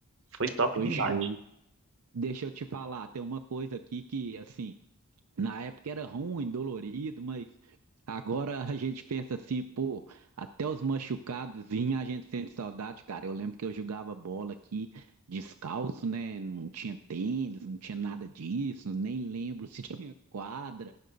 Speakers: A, on the right; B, on the right.
A: foi top
B: foi
A: demais.
B: show. Deixa eu te falar, tem uma coisa aqui que, assim, Na época era ruim, dolorido, mas agora a gente pensa assim, pô, até os machucados a gente sente saudade, cara. Eu lembro que eu jogava bola aqui descalço, né? Não tinha tênis, não tinha nada disso, nem lembro se <laughs> tinha quadra.